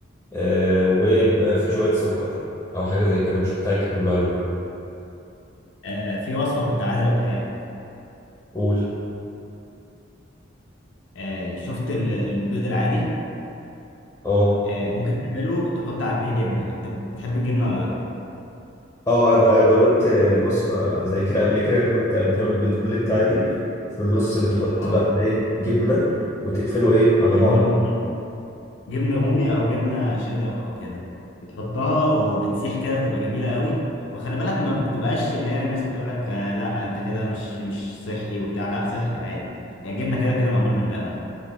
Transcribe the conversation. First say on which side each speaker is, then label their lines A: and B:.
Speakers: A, on the left; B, on the left.
A: آه، وبيبقى فيه شوية سكر أو حاجة زي كده مش متأكد من المعلومة
B: آه، في وصفة كنت عايز أقولها لك
A: قول
B: آه، شفت ال- البيض العادي
A: اه
B: آه، ممكن تعمله تحط عليه جبنة أنت بتحب الجبنة ولا لأ؟
A: اه انا جربت آه، وصفة زي كده قبل كده ان انت بتعمل بيض اومليت عادي وفي النص بتحط
B: أه
A: بقى ايه جبنة وتقفله ايه على
B: جبنة
A: بعض
B: رومي جبنة رومي أو جبنة شيدر أو كده بتحطها وبتسيح كده بتبقى جميلة قوي وخلي بالك ما بتبقاش اللي هي الناس بتقول لك آه، لا أنت كده مش مش صحي وبتاع لا صحي عادي هي الجبنة كده كده معمولة من اللبن